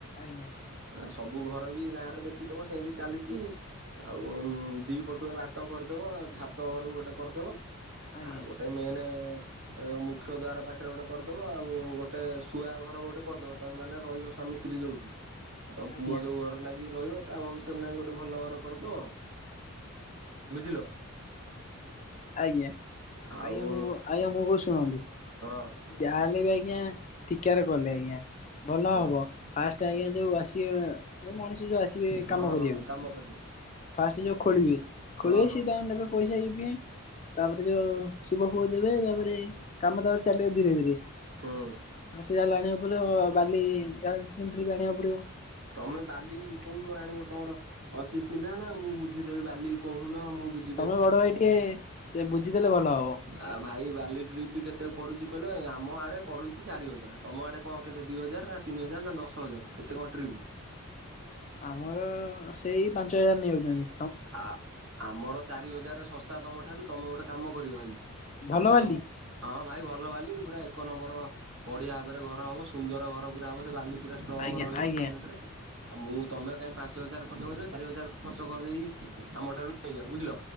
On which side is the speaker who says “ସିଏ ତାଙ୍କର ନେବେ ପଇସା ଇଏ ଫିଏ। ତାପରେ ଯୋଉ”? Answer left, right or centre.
Left